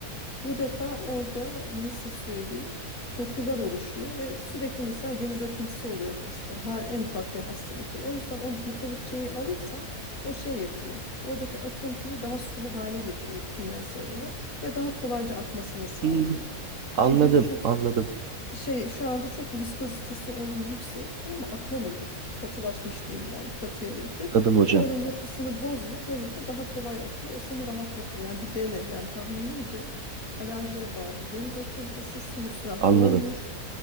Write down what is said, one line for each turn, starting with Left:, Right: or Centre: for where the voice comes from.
Left: bu defa orada nasıl söyleyeyim dokular oluşuyor ve sürekli mesela geniz akıntısı oluyor hasta. Her en ufak bir hastalıkta. O yüzden o mukovisçeyi alırsan o şey yapıyor. Oradaki akıntıyı daha sulu hale getiriyor kimyasal olarak ve daha kolayca akmasını sağlıyor.
Right: Hmm, Anladım,
Left: Çünkü şimdi
Right: anladım,
Left: şey şu anda çok viskozitesi onun yüksek tamam mı akamıyor. Katılaşmış diyeyim yani katıya yakın.
Right: anladım hocam,
Left: O onun yapısını bozuyor. Böylelikle daha kolay akıyor. O seni rahatlatır. Yani bir dene. Yani tahminimce alerjiye bağlı. Geniz akıntısı, sinüsler
Right: anladım,
Left: dolmuş.